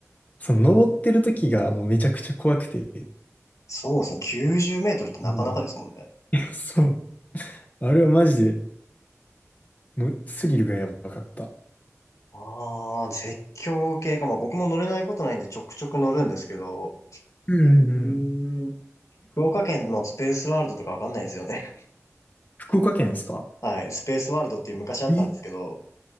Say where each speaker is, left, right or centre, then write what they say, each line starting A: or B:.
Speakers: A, on the left; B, on the left.
A: その登ってる時がもうめちゃくちゃ怖くて。
B: そうですね。90メートルってなかなかですもんね。
A: うん <laughs> そう。あれはマジで、もうスリルがやばかった。
B: ああ、絶叫系か。まあ僕も乗れないことないんでちょくちょく乗るんですけど、
A: うんうんうん。
B: うーん。福岡県のスペースワールドとかわかんないですよね。<laughs>
A: 福岡県ですか
B: はい。スペースワールドっていう昔あったんですけど、
A: え